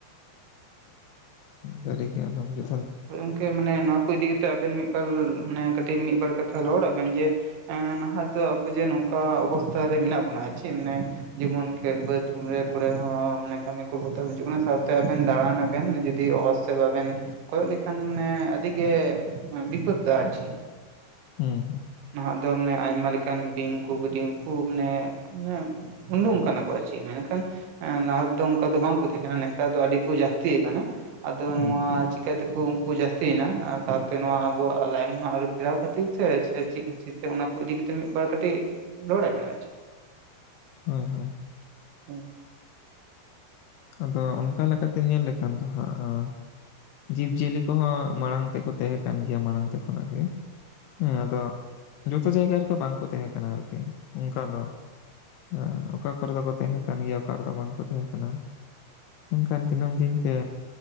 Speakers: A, on the left; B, on the right.
A: ᱫᱟᱹᱨᱤ ᱜᱮ ᱟᱫᱚᱢ ᱡᱩ᱾
B: ᱦᱳᱭ ᱜᱚᱝᱠᱮ ᱢᱟᱱᱮ ᱱᱚᱣᱟ ᱠᱚ ᱤᱫᱤ ᱠᱟᱛᱮᱜ ᱟᱵᱮᱱ ᱢᱤᱜᱵᱟᱨ ᱢᱟᱱᱮ ᱠᱟᱹᱴᱤᱡ ᱢᱤᱜᱵᱟᱨ ᱠᱟᱛᱷᱟ ᱨᱚᱲᱟᱜ ᱵᱮᱱ ᱡᱮ, ᱮᱸ ᱱᱟᱦᱟᱜ ᱫᱚ ᱟᱹᱵᱩ ᱡᱮ ᱱᱚᱝᱠᱟ ᱚᱵᱚᱥᱛᱷᱟ ᱨᱮ ᱢᱤᱱᱟᱜ ᱵᱩᱱᱟ ᱟᱪᱷᱤ ᱢᱟᱱᱮ ᱡᱮᱢᱚᱱ ᱠᱷᱮᱛ ᱵᱟᱹᱫᱽ᱾ ᱠᱩᱲᱮ ᱠᱚᱨᱮ ᱦᱚᱸ ᱢᱟᱱᱮ ᱠᱟᱹᱢᱤ ᱠᱚ ᱵᱚᱛᱚᱨ ᱵᱩᱡᱩᱜ ᱠᱟᱱᱟ ᱥᱟᱶᱛᱮ ᱟᱵᱮᱱ ᱫᱟᱬᱟᱱᱟᱵᱮᱱ ᱡᱩᱫᱤ ᱚᱛ ᱥᱮᱜ ᱵᱟᱵᱮᱱ᱾ ᱠᱚᱭᱚᱜ ᱞᱮᱠᱷᱟᱱ ᱢᱟᱱᱮ ᱟᱹᱰᱤ ᱜᱮ ᱵᱤᱯᱚᱫᱼᱟ ᱟᱨ ᱪᱤ᱾
A: ᱦᱩᱸ ᱦᱩᱸ᱾
B: ᱱᱟᱦᱟᱜ ᱫᱚ ᱢᱟᱱᱮ ᱟᱭᱢᱟ ᱞᱮᱠᱟᱱ ᱵᱤᱧ ᱠᱩ ᱠᱤᱰᱤᱝ ᱠᱩ ᱢᱟᱱᱮ ᱢᱟᱱᱮ᱾ ᱩᱱ ᱫᱚ ᱚᱱᱠᱟ ᱱᱟᱠᱚ ᱟᱨ ᱪᱮᱫ ᱢᱮᱱᱠᱷᱟᱱ᱾ ᱮᱸ ᱞᱟᱦᱟ ᱛᱮᱫᱚ ᱚᱝᱠᱟ ᱫᱚ ᱵᱟᱝᱠᱚ ᱛᱟᱦᱮᱸ ᱠᱟᱱᱟ ᱱᱮᱛᱟᱨ ᱫᱚ ᱟᱹᱰᱤ ᱠᱚ ᱡᱟᱹᱥᱛᱤ ᱠᱟᱱᱟ ᱟᱫᱚ
A: ᱦᱩᱸ
B: ᱱᱚᱶᱟ᱾ ᱪᱤᱠᱟᱛᱮᱠᱩ ᱩᱝᱠᱩ ᱠᱚ ᱡᱟᱹᱥᱛᱤᱭᱮᱱᱟ ᱟᱨ ᱥᱟᱶᱛᱮ ᱱᱚᱣᱟ ᱟᱵᱚᱣᱟᱜ ᱞᱟᱭᱤᱱ ᱨᱮᱱᱟᱜ ᱟᱹᱨᱩ ᱯᱷᱮᱨᱟᱣ ᱠᱷᱟᱹᱛᱤᱨ ᱛᱮ ᱥᱮ, ᱪᱤᱜ ᱟᱨ ᱪᱤᱜ ᱛᱮ ᱚᱱᱟ ᱠᱚ ᱤᱫᱤ ᱠᱟᱛᱮᱫ ᱢᱤᱫ ᱵᱟᱨ ᱠᱟᱹᱴᱤᱡ ᱨᱚᱲᱟᱭ ᱵᱮᱱ ᱟᱨ ᱪᱤᱜ᱾
A: ᱦᱳᱭ ᱦᱳᱭ᱾
B: ᱦᱩᱸ᱾
A: ᱟᱫᱚ ᱚᱱᱠᱟ ᱞᱮᱠᱟ ᱛᱮ ᱧᱮᱞ ᱞᱮᱠᱷᱟᱱ ᱫᱚ ᱦᱟᱸᱜ ᱦᱟᱸ ᱡᱤᱵᱽ ᱡᱤᱭᱟᱹᱞᱤ ᱠᱚᱦᱚᱸ ᱢᱟᱲᱟᱝ ᱛᱮᱠᱚ ᱛᱮᱦᱮᱸ ᱠᱟᱱ ᱜᱮᱭᱟ ᱢᱟᱲᱟᱝ ᱛᱮ ᱠᱷᱚᱱᱟᱜ ᱜᱮ᱾ ᱦᱮᱸ ᱟᱫᱚ ᱡᱚᱛᱚ ᱡᱟᱭᱜᱟ ᱨᱮᱫᱚ ᱵᱟᱝᱠᱚ ᱛᱟᱦᱮᱸ ᱠᱟᱱᱟ ᱟᱨᱠᱤ ᱚᱝᱠᱟ ᱫᱚ᱾ ᱦᱮᱸ ᱚᱠᱟ ᱠᱚᱨᱮ ᱫᱚ ᱠᱚ ᱛᱮᱦᱮᱸ ᱠᱟᱱ ᱜᱮᱭᱟ ᱚᱠᱟ ᱨᱮᱫᱚ ᱵᱟᱝ ᱠᱚ ᱛᱮᱦᱮᱸ ᱠᱟᱱᱟ᱾ ᱢᱮᱱᱠᱷᱟᱱ ᱫᱤᱱᱟᱹᱢ ᱫᱤᱱ ᱛᱮ